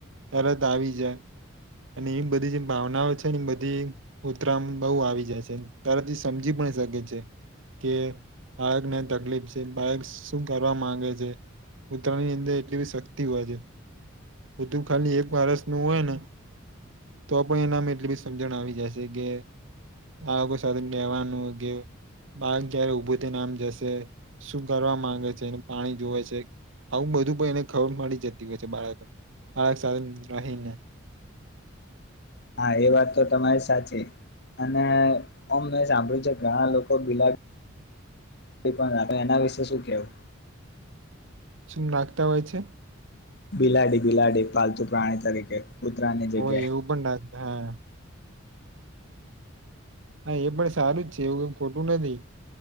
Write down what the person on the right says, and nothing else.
તરત આવી જાય. અને એવી બધી જે ભાવનાઓ છે. બધી ઉતરામ બહુ આવી જાય છે તારાથી સમજી પણ શકે છે. કે બાળકને તકલીફ છે બાળક શું કરવા માંગે છે. ઉત્તરાયણની અંદર એટલી બી શક્તિ હોય છે. બધું ખાલી એક વારસ નું હોય ને તો પણ એનામ એટ. સમજણ આવી જાયશે કે આગ સાથે રહેેવાનું કે. બાક જયારે ઉઊભો થઈ નામ જશે શું કરવા માંગે છેને પાણી જોવે છે. આવું બધું પણ એને ખબર મળડી જતી હોય છે બાળક બાળક સાથે રહી ને.
શુંમ લખતા હોય છે.
હોય એવું પણ રાખ હા. હા એ પણ સારું જ છે એવું કઈ ખોટું નથી.